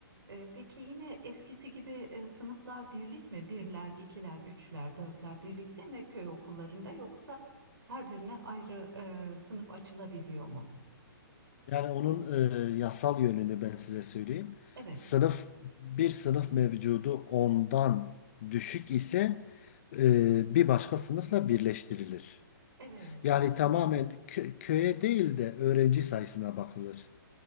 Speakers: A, on the right (about 75°); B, on the left (about 35°).
A: Ee, peki yine eskisi gibi e, sınıflar birlik mi? Birler, ikiler, üçler, dörtler birlikte mi köy okullarında yoksa her birine ayrı e, sınıf açılabiliyor mu?
B: Yani onun e, yasal yönünü ben size söyleyeyim.
A: Evet,
B: Sınıf bir sınıf mevcudu ondan düşük ise e, bir başka sınıfla birleştirilir.
A: evet.
B: Yani
A: Hı hı,
B: tamamen kö- köye değil de öğrenci sayısına bakılır.